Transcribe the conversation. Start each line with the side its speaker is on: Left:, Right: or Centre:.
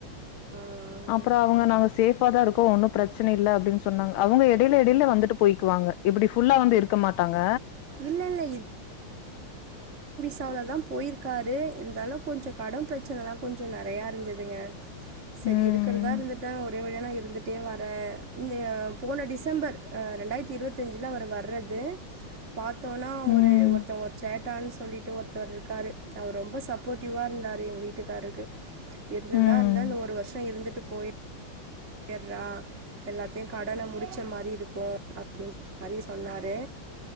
Right: ஆ
Left: அப்றோ
Right: ஆ
Left: அவங்க நாங்க சேஃப் ப்பா தா இருக்கு ஒன்னு பிரச்சன இல்ல அப்டின்னு சொன்னாங்க அவங்க எடையில எடையில வந்துட்டு போயக்குவாங்க இப்டி ஃபுல்லா வந்து இருக்க மாட்டாங்க
Right: இல்ல இல்ல த்தவள தா போயிருக்காரு இருந்தாலு கொஞ்சோ கடன் பிரச்சனலா கொஞ்சோ நெறையா இருந்ததுங்க செரி
Left: ம்
Right: இருக்கறதா இருந்துட்ட ஒர் <unintelligible> இருக் வந்துட்டே வரே இன்தைய போன டிசம்பர் அ ரெண்டாயிரத்தி இருவத்தஞ்சுல அவர் வர்றது பார்த்தோனா ஒரு
Left: ம்
Right: ஒருத்தங்க ஒரு சேட்டான்னு சொல்லிட்டு ஒருத்தவர் இருக்காரு அவர் ரொம்ப சப்போர்ட்டிவ்வா இருந்தாரு எங்க வீட்டுக்கார்ருக்கு இருந்துதா
Left: ம்
Right: இருந்தே இந்த ஒரு வருஷோ இருந்துட்டு போய இர்ரா எல்லாத்தையு கடன முடிச் பச்ச மாரி இருக்கு அப்டின் மாரி சொன்னாரு